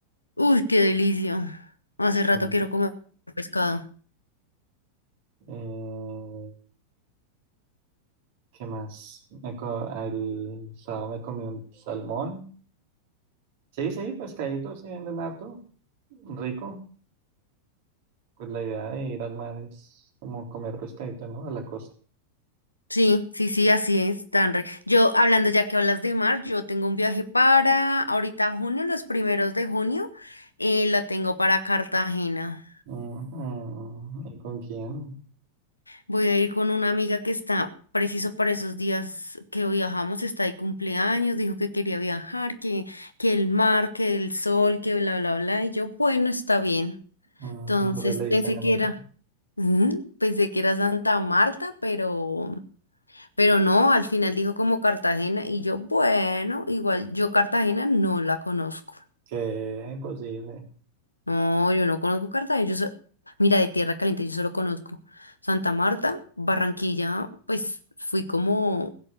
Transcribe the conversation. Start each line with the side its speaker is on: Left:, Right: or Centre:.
Left: Uy, qué delicia. Hace
Right: <laughs>
Left: rato quiero comer pescado.
Right: Eh, ¿qué más? Me co- el sábado me comí un salmón. Sí, sí, pescaditos, sí venden harto, rico. Pues la idea de ir al mar es como comer pescadito, ¿no? A la costa.
Left: Sí, sí, sí, así es, tan re- Yo, hablando ya que hablas de mar, yo tengo un viaje para ahorita junio, los primeros de junio, eh, la tengo para Cartagena.
Right: Ujú. ¿Y con quién?
Left: Voy a ir con una amiga que está preciso para esos días que viajamos, está de cumpleaños, dijo que quería viajar, que, que el mar, que el sol, que bla, bla, bla, y yo, bueno, está bien.
Right: Ujú.
Left: Entonces
Right: Ahora le
Left: pensé
Right: dicen amiga.
Left: que era, <laughs> ujú, pensé que era Santa Marta, pero Pero no, al final dijo como Cartagena y yo, bueno, igual yo Cartagena no la conozco.
Right: Que imposible.
Left: No, yo no conozco Cartagena. Yo so- mira, de Tierra Caliente yo solo conozco Santa Marta, Barranquilla, pues fui como